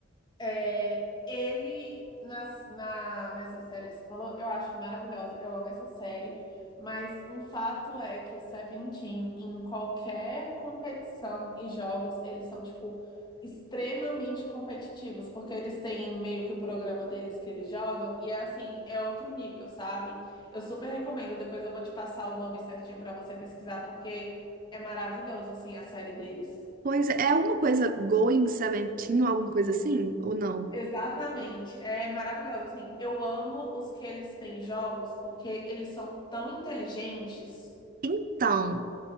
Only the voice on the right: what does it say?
Pois é, é alguma coisa Going Seventeen ou alguma coisa assim? Ou não?
Então.